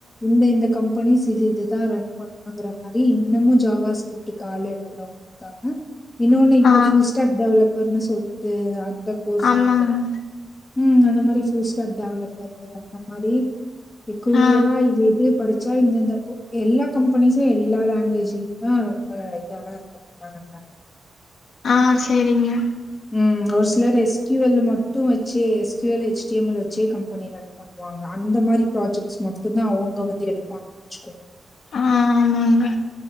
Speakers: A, on the left; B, on the left.
A: இந்த இந்த கம்பெனிஸ் இது இதுதா ரன் பண்ணுங்கிற மாரி இன்னமு ஜாவா ஸ்க்ரிப்டுக்கு ஆள் எடுக்கறவங்க இருக்காங்க இன்னொனு இப்ப
B: ஆ
A: ஃபுல் ஸ்டாட் டெவலப்பர்னு சொல்ட்டு அந்த கோர்ஸ்
B: ஆமாங்க
A: இருக்கில்லைங் உஹம் அந்த மாதிரி ஃபுல் ஸ்டாக் டெவலப்பரு அந்த மாதிரி கூலியரா
B: ஆ
A: இது எது படிச்ச ச இந்தந்த எல்லா கம்பெனிஸும் எல்லா லாங்குவேஜும் ம் ஆமா ரொம்ப இதாதா இருக்க மாட்டானங்க
B: ஆ செரிங்மா
A: உம் ஒரு சில ரெஸ்கியூ வல்ல மட் டும் வச்சு S Q L H T M L வச்சே கம்பெனி ரன் பண்ணுவாங்க அந்த மாதிரி ப்ராஜெக்ட்ஸ் மட்டுதான் அவங்க அங்க வந்து எடுப்பாங்கவச்சுகோங்க
B: ஆ ஆமாங்க